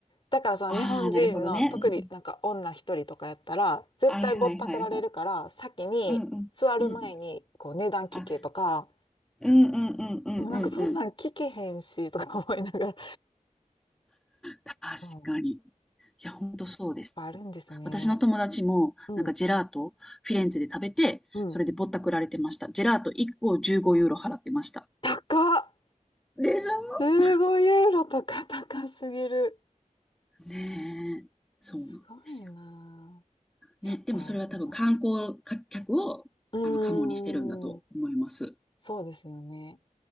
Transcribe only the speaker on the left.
だからその日本人の特になんか女一人とかやったら絶対ぼったくられるから先に座る前にこう値段聞けとか
でもなんかそんなん聞けへんしとか思いながら、
うん、やっ
ぱあるんですね。
うん
うん
高っ
15ユーロとか高すぎる。
すごいなぁやっぱあるんだ。
うーん、
そうですよね。